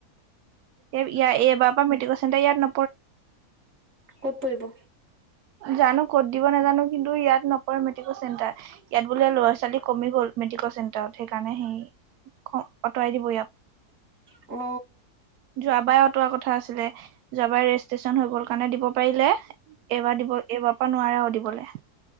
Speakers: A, on the right (about 75°); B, on the right (about 50°).
A: এ ইয়া এইবাৰ পৰা মেট্ৰিকৰ চেণ্টাৰ ইয়াত ন
B: কত পৰিব?
A: জানো কত দিব নাজানো কিন্তু ইয়াত নপৰে মেট্ৰিকৰ চেণ্টাৰ। ইয়াত বোলে ল'ৰা ছোৱালী কমি গ'ল মেডিকেল চেণ্টাৰত সেইকাৰণে সেই ইয়াৰ পৰা খ আঁতৰাই দিব।
B: অ
A: যোৱাবাৰ অটোৱাৰ কথা আছিলে। যোৱাবাৰ ৰেজিষ্ট্ৰেশচন হৈ গ'ল কাৰণে দিব পাৰিলে এইবাৰ দিব, এইবাৰ পৰা নোৱাৰে আও দিবলৈ।